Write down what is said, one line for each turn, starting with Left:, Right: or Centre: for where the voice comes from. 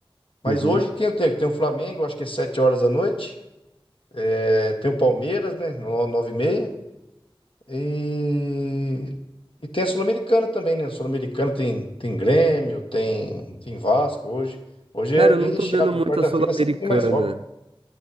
Left: Mas
Right: Uhum.
Left: hoje tem o quê? Tem o Flamengo, acho que é 7 horas da noite. É, tem o Palmeiras, né? no- Nove e meia. E, e tem a Sul-Americana também, né? A Sul-Americana tem, tem Grêmio, tem, tem Vasco hoje. Hoje
Right: Cara,
Left: é bem
Right: eu não
Left: recheado.
Right: tô vendo muito
Left: né? Quarta-feira
Right: a Sul-Americana.
Left: sempre tem mais jogos. né?